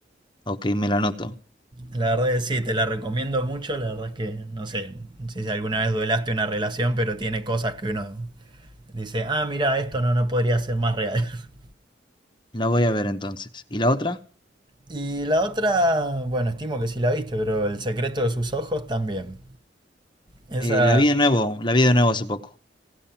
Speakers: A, on the left; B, on the right.
A: ok, me la anoto.
B: La verdad es que sí, te la recomiendo mucho, la verdad es que no sé, no sé si alguna vez duelaste una relación, pero tiene cosas que uno dice, ah, mira, esto no, no podría ser más real. <laughs>
A: La voy a ver entonces. ¿Y la otra?
B: Y la otra, bueno, estimo que sí la viste, pero El secreto de sus ojos también. Esa
A: Eh, la vi de nuevo, la vi de nuevo hace poco.